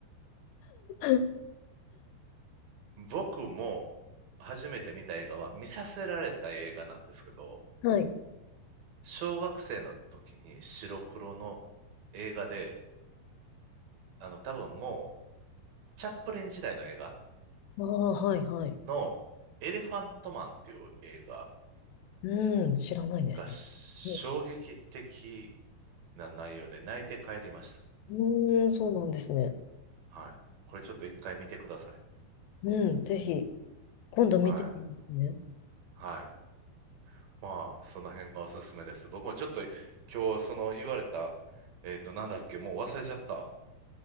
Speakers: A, on the left; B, on the right.
A: う。
B: う。僕も初めて見た映画は見させられた映画なんですけど、
A: <laughs> はい。
B: 小学生の時に白黒の映画で、あの多分もうチャップリン時代の映画
A: ああ、はい、はい。
B: のエレファントマンっていう映画
A: うん、知らないです。
B: が衝撃的
A: う
B: な内容で泣いて帰りました。
A: ん、うーんそうなんですね。
B: はい。これちょっと一回見てください。
A: うん、ぜひ。今度見てみますね。
B: はい。はい。まあ、その辺がおすすめです。僕もちょっと今日、その言われた、えっと、なんだっけ、もう忘れちゃった。